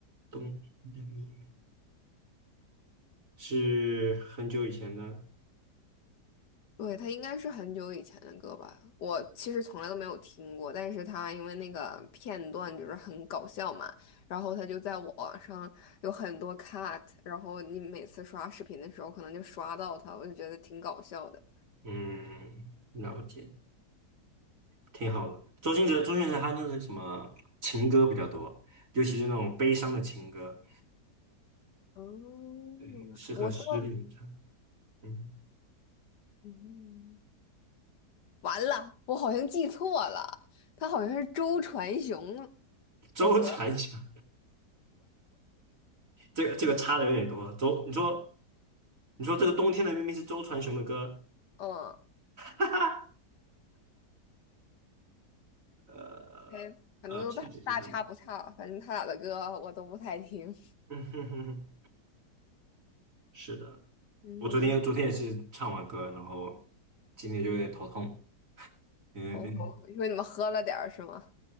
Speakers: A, on the right; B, on the left.
A: 冬天的秘密是很久以前的，
B: 对，他应该是很久以前的歌吧，我其实从来都没有听过，但是他因为那个片段就是很搞笑嘛，然后他就在网上有很多 cut，然后你每次刷视频的时候可能就刷到他，我就觉得挺搞笑的。
A: 嗯，了解，挺好的。周兴哲，周兴哲他那是什么情歌比较多，尤其是那种悲伤的情歌，
B: 哦，
A: 对，适合失恋唱。
B: 我倒是
A: 嗯，
B: 嗯，完了，我好像记错了，他好像是周传雄
A: 周传雄，
B: 的歌儿
A: 这个这个差的有点多。周，你说你说这个冬天的明明是周传雄的歌，
B: 嗯，
A: 哈哈，呃呃，
B: 对，反正都大大差不差，
A: 确实是的，
B: 反正他俩的歌我都不太听。
A: 嗯哼哼哼，是的。
B: 嗯，
A: 我昨天昨天也是唱完歌，然后今天就有点头痛。嗯嗯，
B: 哦，因为你们喝了点儿是吗？